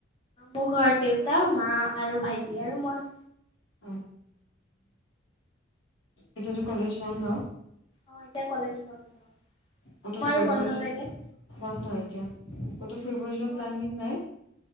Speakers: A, on the left (about 30°); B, on the left (about 80°).
A: মোৰ ঘৰত দেউতা মা আৰু ভাইটি আৰু মই।
B: অ' এতিয়াতো কলেজ বন্ধ?
A: অ' এতিয়া কলেজ বন্ধ
B: ক'তো
A: তোমাৰো
B: ফুৰিবলৈ
A: বন্ধ
B: যোৱা
A: চাগে?
B: বন্ধ এতিয়া ক'তো ফৰিব
A: অ
B: যোৱা
A: মই
B: প্লানিং নাই?